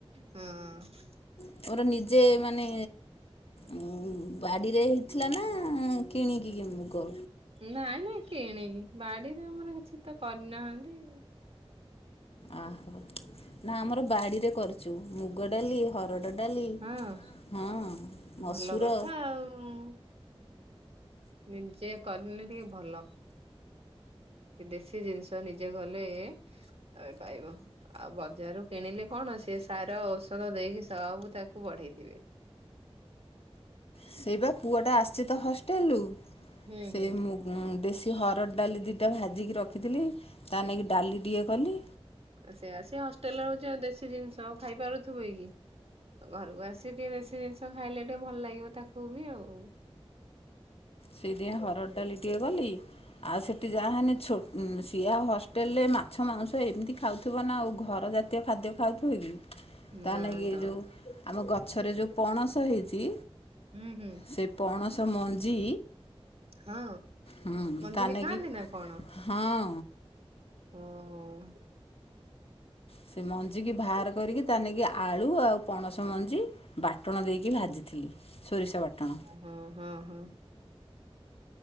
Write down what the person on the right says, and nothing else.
ହଁ
ନାଇଁ ନାଇଁ କିଣି ବାଡିରେ ଆମର କିଛି ତ କରନାହାନ୍ତି।
ହଁ
ଭଲ କଥା ଆଉ। ନିଜେ କରିନେ ଟିକେ ଭଲ। ଏ ଦେଶୀ ଜିନଷ ନିଜେ ଗଲେ ତମେ ପାଇବ। ଆଉ ବଜାରରୁ କିଣିଲେ କଣ ସିଏ ସାର ଔଷଧ ଦେଇକି ସବୁ ତାକୁ ବଢେଇଥିବେ।
ହୁଁ
ହୁଁ।
ଆ ସେୟା ସିଏ ହଷ୍ଟେଲରେ ରହୁଚି ଆଉ ଦେଶୀ ଜିନଷ ଆଉ ଖାଇପାରୁଥୁବେ କି। ଆଘରକୁ ଆସି ଟିକେ ବେଶୀ ଜିନିଷ ଖାଇଲେ ଟିକିଏ ଭଲ ଲାଗିବ ତାକୁବି ଆଉ।
ନା
ତ
ହୁଁ ହୁଁ।
ହଁ
ମଞ୍ଜିବି
ଖାଆନ୍ତିନା କଣ?
ଓହୋ।
ହୁଁ
ହଁ ହଁ ହଁ।